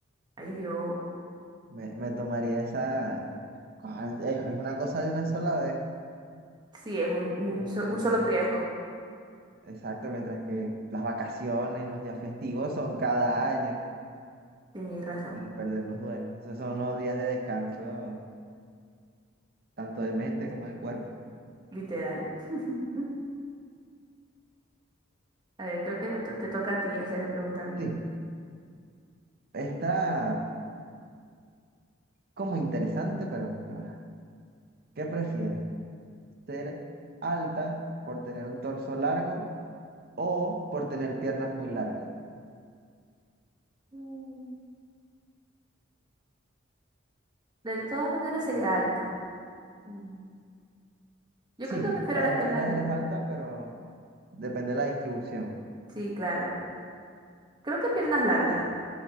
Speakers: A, on the right (about 20°); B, on the right (about 50°).
A: Ay, Dios.
B: Me, me tomaría esa... ¿cuál? Es es una cosa de una sola vez.
A: Sí, es un, un,
B: Este,
A: so- un solo riesgo.
B: exacto, mientras que las vacaciones, los días festivos son cada año
A: Tenías razón,
B: y perderlos duele. Esos son los días de descanso, tanto de mente como de cuerpo.
A: literal. <laughs> A ver, creo que me to- te toca a ti hacerme pregunta a mí.
B: Sí, está como interesante, pero, pero ajá. ¿qué prefieres? ¿Ser alta por tener un torso largo o por tener piernas muy largas?
A: Mm. De todas maneras sería alta. Mm. Yo
B: Sí,
A: creo que prefiero
B: de las
A: las
B: dos
A: piernas
B: maneras
A: largas.
B: eres alta, pero depende de la distribución.
A: Sí, claro. Creo que piernas largas